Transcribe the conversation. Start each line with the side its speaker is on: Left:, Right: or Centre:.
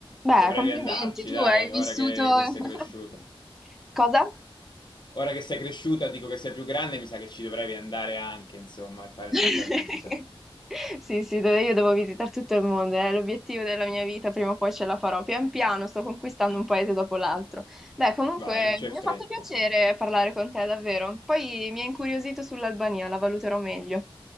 Centre: Beh,
Left: Dovrei
Centre: complimenti,
Left: riandarci,
Centre: tu
Left: dai,
Centre: hai vissuto...
Left: ora che,
Centre: <laughs>
Left: che sei cresciuta.
Centre: Cosa?
Left: Ora che sei cresciuta, dico che sei più grande, mi sa che ci dovrei riandare anche, insomma, a fare
Centre: <laughs>
Left: un'altra visita.
Centre: Sì, sì, dove io devo visitare tutto il mondo, è l'obiettivo della mia vita, prima o poi ce la farò. Pian piano sto conquistando un paese dopo l'altro. Beh, comunque
Left: Vai, non c'è
Centre: mi
Left: fretta.
Centre: ha fatto piacere parlare con te, davvero. Poi mi ha incuriosito sull'Albania, la valuterò meglio.